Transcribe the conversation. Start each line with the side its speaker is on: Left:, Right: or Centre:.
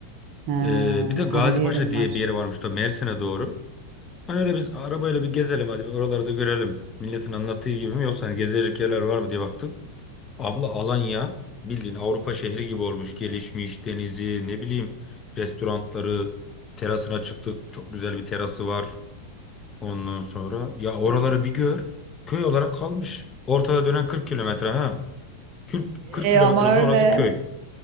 Right: Ha,
Left: Ee, bir de Gazipaşa
Right: her yerim
Left: diye
Right: var.
Left: bir yeri varmış da Mersin'e doğru. Hani öyle biz arabayla bir gezelim hadi bir oraları da görelim. Milletin anlattığı gibi mi yoksa hani gezilecek yerler var mı diye baktık. Abla Alanya bildiğin Avrupa şehri gibi olmuş. Gelişmiş denizi ne bileyim restoranları terasına çıktık. Çok güzel bir terası var ondan sonra. Ya oraları bir gör. Köy olarak kalmış. Ortada dönen 40 kilometre ha. kırk kırk
Right: E
Left: kilometre
Right: ama
Left: sonrası
Right: öyle.
Left: köy.